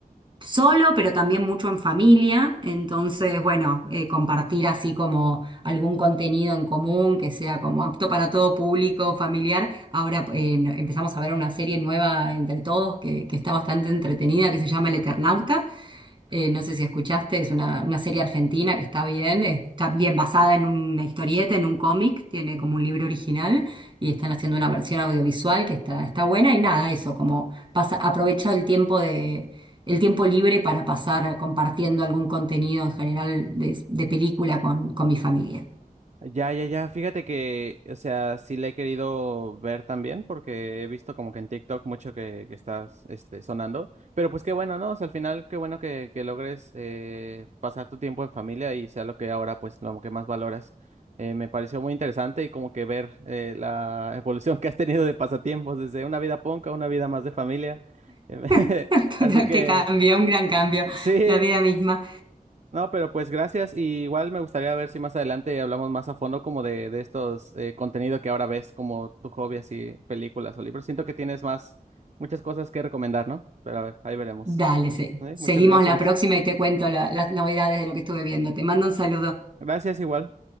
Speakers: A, on the right (about 35°); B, on the right (about 50°).
A: solo, pero también mucho en familia. Entonces, bueno, eh, compartir así como algún contenido en común que sea como apto para todo público, familiar. Ahora eh, no- empezamos a ver una serie nueva entre todos que, que está bastante entretenida, que se llama El Eternauta. Eh, no sé si escuchaste, es una, una serie argentina que está bien, está bien basada en una historieta, en un cómic, tiene
B: ujú.
A: como un libro original y están haciendo una versión audiovisual que está, está buena y nada, eso, como pasa, aprovecha el tiempo de, el tiempo libre para pasar compartiendo algún contenido en general de, de película con, con mi familia.
B: Ya, ya, ya. Fíjate que, o sea, sí la he querido ver también porque he visto como que en TikTok mucho que, que estás, este, sonando. Pero pues qué bueno, ¿no? O sea, al final qué bueno que, que logres eh, pasar tu tiempo en familia y sea lo que ahora, pues, lo que más valoras. Eh, me pareció muy interesante y como que ver eh, la evolución que has tenido de pasatiempos desde una vida punk a una vida más de familia. <laughs>
A: <laughs>
B: Así
A: Total,
B: que,
A: qué cambio, un gran cambio,
B: sí.
A: la vida misma.
B: No, pero pues gracias. Y igual me gustaría ver si más adelante hablamos más a fondo como de, de estos eh, contenido que ahora ves, como tu hobby, así, películas o libros. Siento que tienes más, muchas cosas que recomendar, ¿no? Pero a ver, ahí veremos.
A: Dale, se-
B: ¿Eh?
A: seguimos
B: Muchas gracias.
A: la próxima y te cuento la- las novedades de lo que estuve viendo. Te mando un saludo.
B: Gracias igual.